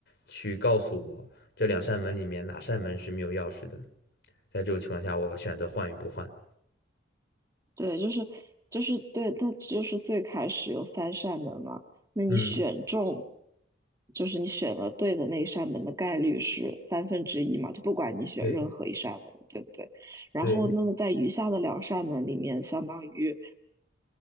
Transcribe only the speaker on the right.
对，就是就是对，那就是最开始有三扇门嘛。那你选中，
就是你选了对的那一扇门的概率是三分之一嘛？就不管你选任何一扇门，
对不对？然后那么在余下的两扇门里面，
相当于。